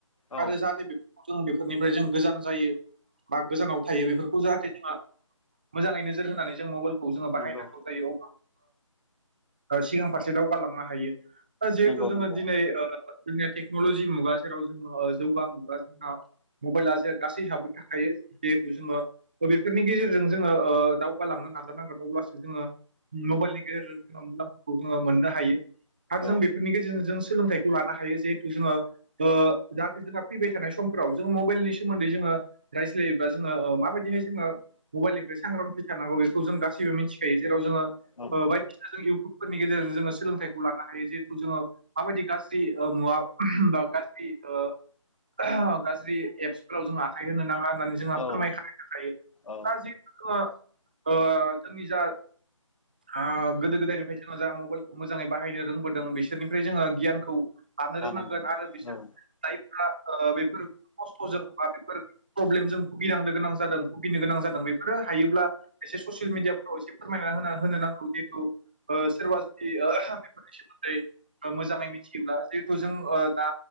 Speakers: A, on the left; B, on the right.
A: औ
B: आरो जाहाथे जों बेफोरनिफ्राय जों गोजान जायो बा गोजानाव थायो बेफोरखौ जाहाथे जो मोजांङै नोजोर होनानै जों मबाइलखौ जोंङो बाहायनांगौ
A: नंगौ
B: जायो अ सिगां फारसे दावगालांनो हायो दा जिहेथु
A: नंगौ
B: जोंङो
A: नंगौ
B: दिनै जोंनिया टेक्नलजि मुगा जेराव जोंङो जौगा मुगा जोंहा मबाइला जे गासै ह हाबो थाखायो जिहेथु जोंङो बेफोरनि गेजेरजों जोंङो दावगालांनो नाजानांगोन अब्लासो जोंङो मबाइलनि गेजेरजों उम लामाखौ जोंङो मोननो हायो । आरो जों
A: औ
B: बेफोरनि गेजेरजों जों सोलोंथाइखौ लानो हायो जिहेथु जोंङो ओ जाहाथे जोंहा फैबाय थानाय सम फोराव जों मबाइलनि सोमोन्दै जोंङो रायज्लायोब्ला जोंङो माबायदिहाय जोंङो मबाइलनिफ्राय सांग्रांथि थानांगौ बेखौ जों गासैबो मिथिखायो जेराव जोंङो
A: औ
B: ओ बायदि जों इउटुबफोरनि गेजेरजों जोंङो सोलोंथाइखौ लानो हायो जिहेथु जोंङो माबायदि गाज्रि ओ मुवा गाज्रि ओ एप्सफोराव जों आखाइ होनो नांङा । होननानै जोंहा
A: औ
B: फोरमाय खानाय थाखायो
A: औ
B: दा जिहेथु जोंङो ओ जोंनि जा ओ गोदो गोदायनिफ्राय जोंङो जा मबाइलखौ मोजांङै बाहायनो रोंबोदों बिसोरनिफ्राय जोंङो गियानखौ लानो
A: लानांगोन
B: रोंनांगोन आरो बिसोर
A: औ
B: जायफोरा ओ बेफोर खस्थजों बा बेफोर प्रब्लेमजों भुगिनांनो गोनां जादों भुगिनो गोनां जादों बेफोरो थायोब्ला एसे ससियेल मिडियाफ्राव एसे फोरमायना होना होनो नांगौ जिहेतु सोरबा जुदि ओ बेफोरनि सोमोन्दै मोजांङै मिथियोब्ला जिहेथु जों ओ दा